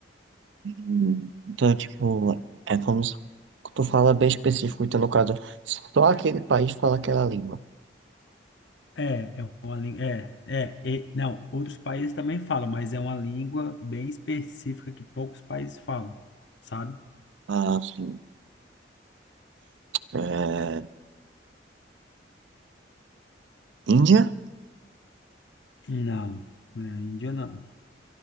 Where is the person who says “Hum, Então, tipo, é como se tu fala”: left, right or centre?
Right